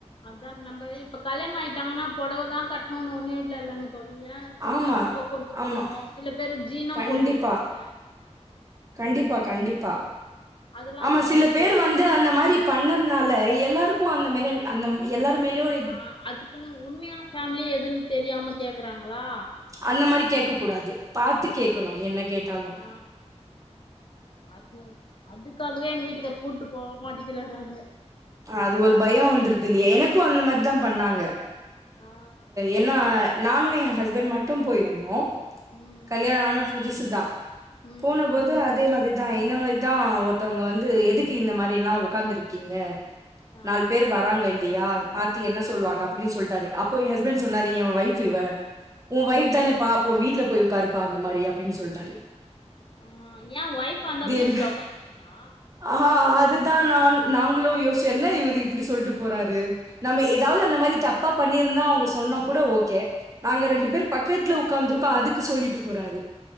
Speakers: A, on the left; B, on the right.
A: அதான் நம்ப இப்ப கல்யாணம் ஆயிட்டாங்கன்னா புடவ தா கட்ணுன்னு ஒண்ணு இல்லலங்க தோழி ஏ சுடிதாருறு
B: ஆமா
A: நம்ப போட்டு
B: ஆமா
A: போவோ சில பேரு ஜீனு
B: கண்டிப்பா
A: போட்டு போவாங்க
B: கண்டிப்பா கண்டிப்பா
A: அதெல்லா
B: ஆமா
A: அவங்களுக்கு
B: சில பேர் வந்து அந்த மாரி பண்ணதுனால எல்லாருக்கு அந்த மாதிரியே அந்த எல்லார் மேலயு ஒரு
A: ஆ அதுக்குன்னு உண்மையான ஃபேமிலியே எதுன்னு தெரியாம கேக்குறாங்களா
B: அந்த மாரி கேட்க கூடாது பாத்து கேட்கணு என்ன கேட்டாலு
A: ஆ அது அதுக்காகவே எங்க வீட்டுக்காரர் கூட்டு போக மாட்டேக்கிறாரு அங்க
B: அது ஒரு பயோ வந்துருது இல்லையா எனக்கு அந்த மாரிதா பண்ணாங்க
A: ஆ
B: எனா நானு என் ஹஸ்பண்ட் மட்டு போயிருந்தோ
A: ம்
B: கல்யாண ஆன புதுசுதா
A: ம்
B: போனபோது அதே மாரி தா இந்த மாரி தா ஒருத்தவுங்க வந்து எதுக்கு இந்த மாரிலா உட்காந்து இருக்கீங்க
A: ஆ
B: நாலு பேரு வராங்க இல் லயா பாத்து என்ன சொல்லுவாங்க அப்டின்னு சொல்டாரு அப்போ ஏ ஹஸ்பண்ட் சொன்னாரு எ வைஃப் இவ உன்
A: ஆ
B: வைஃப் தானபா அப்போ வீட்டுல போய் உக்காருப்பா அந்த மாரி அப்டின்னு சொல்டாரு
A: ஆ ஏ ஒஃப்வா இந்தா பீட்ச்ல
B: என்ன
A: உக்கார கூடாதா
B: ஆ ஆ அதுதா நானு நாங்களு யோசிச்சோ என்ன இவரு இப்படி சொல்ட்டு போறாரு நம்ம ஏதாவது அந்த மாரி தப்பா பண்ணிருந்தா அவுங்க சொன்னா கூட ஓகே நாங்க
A: ஆ
B: ரெண்டு பேரு பக்கத்துல உட்காந்துருக்கோ அதுக்கு சொல்லிட்டு போறாரு